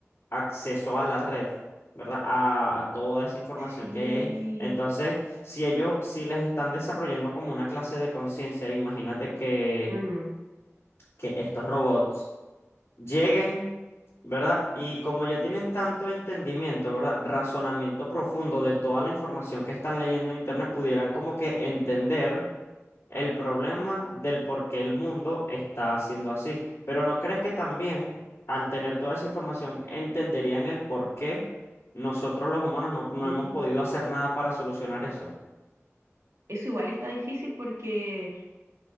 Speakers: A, on the left; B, on the right.
A: acceso a la red, ¿verdad? A, a toda esa información
B: sí.
A: que hay ahí. Entonces, si ellos sí les están desarrollando como una clase de conciencia, imagínate que,
B: mm,
A: que estos robots lleguen, ¿verdad? Y como ya tienen tanto entendimiento, ¿verdad? Razonamiento profundo de toda la información que están leyendo en Internet, pudieran como que entender el problema
B: mm,
A: del por qué el mundo está haciendo así. Pero ¿no crees que también al tener toda esa información entenderían el por qué nosotros los humanos no, no
B: uh.
A: hemos podido hacer nada para solucionar eso?
B: Eso igual está difícil porque